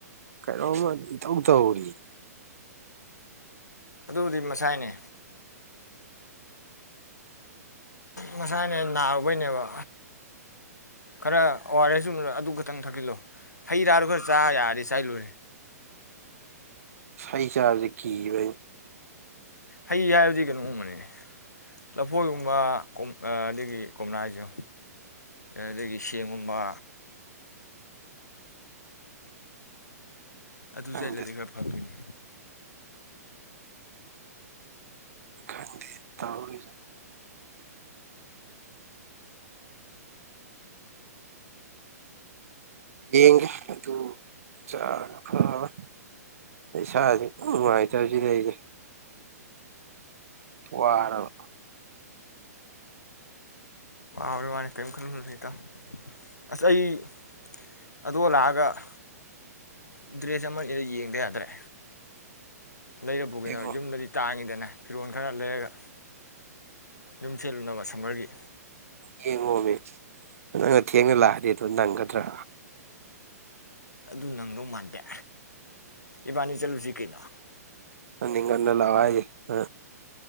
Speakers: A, on the right; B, on the left.
A: ꯀꯩꯅꯣꯝꯃ ꯏꯇꯧ ꯇꯧꯔꯤ
B: ꯑꯗꯨꯕꯨꯗꯤ ꯃꯁꯥꯏꯅꯦ ꯃꯁꯥꯏꯅꯦ ꯅꯥꯔꯨꯕꯩꯅꯦꯕ ꯈꯔ ꯑꯣꯋꯥꯔꯦꯁꯨ ꯑꯗꯨ ꯈꯛꯇꯪ ꯊꯛꯆꯜꯂꯣ ꯍꯩꯔꯥꯗꯣ ꯈꯔ ꯆꯥ ꯌꯥꯔꯗꯤ ꯆꯥꯏꯂꯨꯨꯔꯦ
A: ꯍꯩ ꯆꯥꯕꯗꯤ ꯀꯤꯕꯑꯩ
B: ꯍꯩ ꯍꯥꯏꯕꯗꯤ ꯀꯩꯅꯣꯒꯨꯝꯕꯅꯤꯅꯦ ꯂꯐꯣꯏꯒꯨꯝꯕ ꯑꯗꯒꯤ ꯀꯣꯝꯂꯥꯁꯨ ꯑꯗꯒꯤ ꯁꯦꯝꯦꯡꯒꯨꯝꯕ ꯑꯗꯨ
A: ꯈꯪꯗꯦ
B: ꯆꯠꯂꯗꯤ ꯈꯔ ꯐꯪꯗꯣꯏꯅꯤ
A: ꯈꯟꯗꯦ ꯇꯧꯔꯤ ꯌꯦꯡꯒꯦ ꯑꯗꯨ ꯆꯥ ꯐꯕ ꯏꯁꯥꯥꯁꯦ ꯅꯨꯡꯉꯥꯏꯇꯕꯁꯤꯗ ꯑꯩꯁꯦ ꯋꯥꯔꯕ
B: ꯃꯥꯅꯤ ꯀꯔꯤꯝ ꯈꯜꯂꯨꯅꯨꯗ ꯏꯇꯥꯎ ꯑꯁ ꯑꯩ ꯑꯗꯣ ꯂꯥꯛꯑꯒ ꯗ꯭ꯔꯦꯁ ꯑꯃꯅꯤꯅꯤꯗ ꯌꯦꯡꯗ ꯌꯥꯗ꯭ꯔꯦ ꯂꯩꯔ ꯄꯨꯒꯤꯅ
A: ꯌꯦꯡꯉꯣ
B: ꯌꯨꯝꯗꯗꯤ ꯇꯥꯡꯉꯤꯗꯅ ꯐꯤꯔꯣꯟꯈꯔ ꯂꯩꯔꯒ ꯌꯨꯝ ꯁꯦꯠꯂꯨꯅꯕ ꯁꯝꯃꯔꯒꯤ
A: ꯌꯦꯡꯉꯣꯃꯦ ꯅꯪꯅ ꯊꯦꯡꯅ ꯂꯥꯛꯑꯗꯤ ꯑꯗꯨ ꯅꯪꯒꯗ꯭ꯔꯥ
B: ꯑꯗꯨ ꯅꯪꯗꯧ ꯃꯥꯟꯗꯦ ꯏꯕꯥꯥꯅꯤ ꯆꯠꯂꯨꯁꯤ ꯀꯩꯅꯣ
A: ꯑꯅꯤ ꯉꯟꯅ ꯂꯥꯛꯑꯣ ꯍꯥꯏꯁꯦ ꯑ